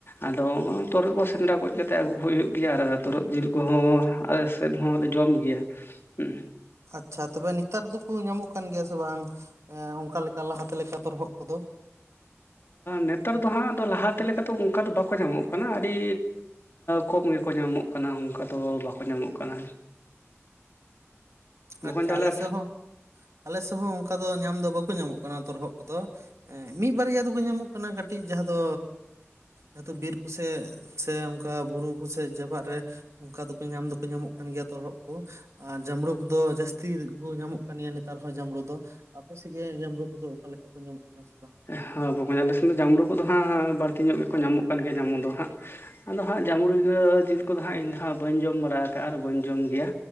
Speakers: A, on the left; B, on the right.
A: ᱟᱫᱚ ᱛᱚᱨᱦᱚᱫ ᱠᱚ ᱥᱮᱸᱫᱽᱨᱟ ᱜᱚᱡ ᱠᱟᱛᱮᱫ ᱟᱹᱜᱩ ᱠᱚ ᱦᱩᱭᱩᱜ ᱜᱮᱭᱟ ᱟᱨ ᱛᱚᱨᱦᱚᱫ ᱡᱤᱞ ᱠᱚᱦᱚᱸ ᱟᱞᱮ ᱥᱮᱫ ᱦᱚᱸ ᱞᱮ ᱡᱚᱢ ᱜᱮᱭᱟ ᱦᱩᱸ
B: ᱟᱪᱪᱷᱟ ᱛᱚᱵᱮ ᱱᱮᱛᱟᱨ ᱫᱚᱠᱚ ᱧᱟᱢᱚᱜ ᱠᱟᱱ ᱜᱮᱭᱟ ᱥᱮ ᱵᱟᱝ ᱚᱱᱠᱟ ᱞᱮᱠᱟ ᱞᱟᱦᱟᱛᱮ ᱞᱮᱠᱟ ᱛᱚᱨᱦᱚᱫ ᱠᱚᱫᱚ
A: ᱱᱮᱛᱟᱨ ᱫᱚ ᱦᱟᱸᱜ ᱫᱚ ᱞᱟᱦᱟᱛᱮ ᱞᱮᱠᱟ ᱫᱚ ᱚᱱᱠᱟ ᱫᱚ ᱵᱟᱠᱚ ᱧᱟᱢᱚᱜ ᱠᱟᱱᱟ ᱟᱹᱰᱤ ᱠᱚᱢ ᱜᱮᱠᱚ ᱧᱟᱢᱚᱜ ᱠᱟᱱᱟ ᱚᱱᱠᱟ ᱫᱚ ᱵᱟᱠᱚ ᱧᱟᱢᱚᱜ ᱠᱟᱱᱟ ᱵᱚᱠᱚᱧ
B: ᱟᱪᱪᱷᱟ
A: ᱛᱟᱦᱚᱞᱮ
B: ᱟᱞᱮ ᱥᱮᱫ ᱦᱚᱸ ᱟᱞᱮ ᱥᱮᱫ ᱦᱚᱸ ᱚᱱᱠᱟ ᱫᱚ ᱧᱟᱢ ᱫᱚ ᱵᱟᱠᱚ ᱧᱟᱢᱚᱜ ᱠᱟᱱᱟ ᱛᱚᱨᱦᱚᱫ ᱠᱚᱫᱚ ᱢᱤᱫ ᱵᱟᱨᱭᱟ ᱫᱚᱠᱚ ᱧᱟᱢᱚᱜ ᱠᱟᱱᱟ ᱠᱟᱹᱴᱤᱡ ᱡᱟᱦᱟᱸ ᱫᱚ ᱟᱫᱚ ᱵᱤᱨ ᱠᱚ ᱥᱮᱫ ᱥᱮ ᱚᱱᱠᱟ ᱵᱩᱨᱩ ᱠᱚᱥᱮᱫ ᱡᱟᱯᱟᱜ ᱨᱮ ᱚᱱᱠᱟ ᱫᱚᱠᱚ ᱧᱟᱢ ᱫᱚᱠᱚ ᱧᱟᱢᱚᱜ ᱠᱟᱱ ᱜᱮᱭᱟ ᱛᱚᱨᱦᱚᱫ ᱠᱚ ᱟᱨ ᱡᱟᱢᱲᱩ ᱠᱚ ᱡᱟᱹᱥᱛᱤ ᱠᱚ ᱧᱟᱢᱚᱜ ᱠᱟᱱ ᱜᱮᱭᱟ ᱱᱮᱛᱟᱨ ᱦᱚᱸ ᱡᱟᱢᱽᱲᱩ ᱫᱚ ᱟᱯᱮᱥᱮᱫ ᱜᱮ ᱡᱟᱢᱲᱩ ᱠᱚᱫᱚ ᱚᱠᱟ ᱞᱮᱠᱟ ᱠᱚ ᱧᱟᱢᱚᱜ ᱠᱟᱱᱟ ᱥᱮ ᱵᱟᱝ?
A: ᱦᱮᱸ ᱵᱚᱠᱚᱧ ᱟᱞᱮ ᱥᱮᱱ ᱫᱚ ᱡᱟᱢᱽᱲᱩ ᱠᱚᱫᱚ ᱦᱟᱸᱜ ᱵᱟᱹᱲᱛᱤ ᱧᱚᱜ ᱜᱮᱠᱚ ᱧᱟᱢᱚᱜ ᱠᱟᱱ ᱜᱮᱭᱟ ᱡᱟᱢᱚᱱ ᱫᱚ ᱦᱟᱸᱜ ᱟᱫᱚ ᱦᱟᱸᱜ ᱡᱟᱹᱢᱽᱢᱩ ᱡᱤᱞ ᱠᱚᱫᱚ ᱦᱟᱸᱜ ᱤᱧ ᱫᱚ ᱦᱟᱸᱜ ᱵᱟᱹᱧ ᱡᱚᱢ ᱵᱟᱲᱟ ᱟᱠᱟᱜᱼᱟ ᱟᱨ ᱵᱟᱹᱧ ᱡᱚᱢ ᱜᱮᱭᱟ